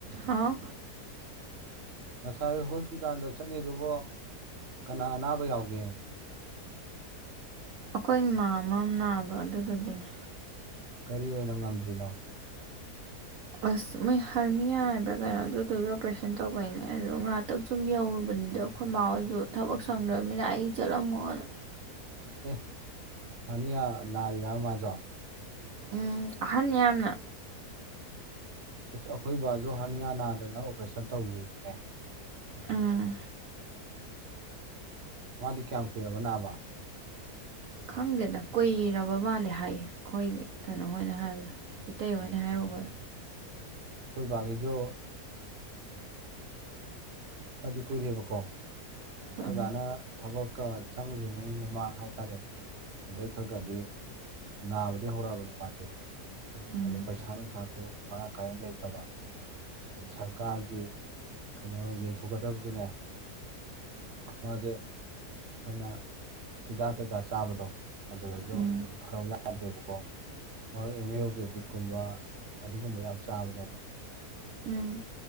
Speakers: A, on the right (about 60°); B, on the right (about 45°).
A: ꯍꯥꯎ
B: ꯑ ꯉꯁꯥꯏ ꯍꯣꯁꯄꯤꯇꯥꯜꯗ ꯆꯠꯅꯤ ꯑꯗꯨꯕꯨ ꯀꯅꯥ ꯑꯅꯥꯕ ꯌꯥꯎꯒꯦ
A: ꯑꯩꯈꯣꯏ ꯏꯃꯥ ꯑꯃꯝ ꯅꯥꯕ ꯑꯗꯨꯗꯨꯒꯤꯅꯦ
B: ꯀꯔꯤ ꯑꯣꯏꯅ ꯉꯝꯗ꯭ꯔꯤꯅꯣ
A: ꯑꯁ ꯃꯣꯏ ꯍꯥꯔꯃꯤꯌꯥ ꯍꯥꯏꯕ꯭ꯔꯥ ꯀꯩꯅꯣ ꯗꯣꯛꯇꯔꯒꯤ ꯑꯣꯄꯔꯦꯁꯟ ꯇꯧꯕꯩꯅꯦ ꯑꯗꯣ ꯉꯥꯏꯍꯥꯛꯇꯪ ꯁꯨꯝ ꯌꯧꯔꯨꯕꯅꯤꯗ ꯑꯩꯈꯣꯏ ꯃꯥꯍꯣꯏꯁꯨ ꯊꯕꯛ ꯁꯪꯗ꯭ꯔꯕꯅꯤꯅ ꯑꯩ ꯆꯠꯂꯝꯃꯣꯅ
B: ꯑꯦ ꯑꯅꯤ ꯅꯔꯤꯂ ꯃꯥꯖ
A: ꯎꯝ ꯑꯍꯟ ꯌꯥꯝꯅ
B: ꯑꯁ ꯑꯩꯈꯣꯏ ꯕꯥꯁꯨ ꯍꯔꯅꯤꯌꯥ ꯅꯥꯗꯅ ꯑꯣꯄꯔꯦꯁꯟ ꯇꯧꯔꯤꯅꯤꯅꯦ
A: ꯑꯥ
B: ꯃꯥꯗꯤ ꯀꯌꯥꯝ ꯀꯨꯏꯔꯕ ꯅꯥꯕ
A: ꯈꯪꯗꯦꯗ ꯀꯨꯏꯔꯕ ꯃꯥꯜꯂꯦ ꯍꯥꯏꯌꯦ ꯑꯩꯈꯣꯏꯒꯤ ꯀꯩꯅꯣꯣꯏꯅ ꯍꯥꯏꯕꯗ ꯏꯇꯇꯩ
B: ꯎꯝ,
A: ꯍꯅꯍꯦ ꯍꯕꯔꯕꯔꯣ
B: ꯑꯩꯈꯣꯏ ꯒꯆꯥ ꯈꯔꯗꯤ ꯀꯨꯏꯔꯦꯕꯀꯣ ꯑꯩꯈꯣꯏꯖꯥꯅ
A: ꯎꯝ
B: ꯊꯕꯛꯀ ꯆꯪꯗ꯭ꯔꯤꯉꯩ ꯃꯃꯥꯡ ꯍꯥꯏꯇꯥꯔꯦ ꯑꯗꯩ ꯈꯔ ꯈꯔꯗꯤ ꯅꯥꯕꯗꯤ ꯍꯧꯔꯛꯑꯕꯅꯤ ꯃꯥꯁꯦ
A: ꯎꯝ
B: ꯑꯗꯨ ꯄꯩꯁꯥ ꯅꯨꯡꯁꯥꯁꯨ ꯃꯔꯥꯡ ꯀꯥꯏꯅ ꯂꯩꯇꯕ ꯑꯩ ꯁꯔꯀꯥꯔꯒꯤ ꯀꯩꯅꯣ ꯌꯦꯡꯊꯣꯛꯀꯗꯕꯁꯨꯅꯦ ꯃꯥꯁꯦ ꯑꯩꯈꯣꯏꯅ ꯍꯤꯗꯥꯛ ꯀꯩꯀꯥ ꯆꯥꯕꯗꯣ ꯑꯗꯨꯗꯁꯨ
A: ꯎꯝ ꯎꯝ ꯎꯝ
B: ꯈꯔꯥꯎ ꯌꯥꯗ꯭ꯔꯦꯕꯀꯣ ꯍꯣꯏ ꯑꯦꯝ ꯑꯦ ꯌꯕꯤꯗ ꯕꯤꯛ ꯀꯨꯝꯕ ꯑꯗꯨꯒꯨꯝꯕ ꯌꯥꯝ ꯆꯥꯕꯅꯦꯕ
A: ꯎꯝ